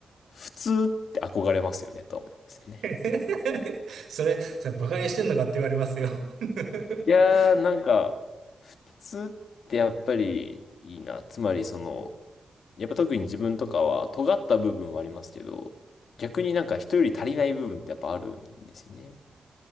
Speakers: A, on the left (about 80°); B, on the right (about 85°).
A: 普通って憧れますよね、とは思いますよね。
B: え。<laughs> それ、それバカにしてんのかって言われますよ <laughs>
A: いやー、なんか、普通ってやっぱりいいな。つまり、その、やっぱ特に自分とかは尖った部分はありますけど、逆になんか人より足りない部分ってやっぱあるんですよね。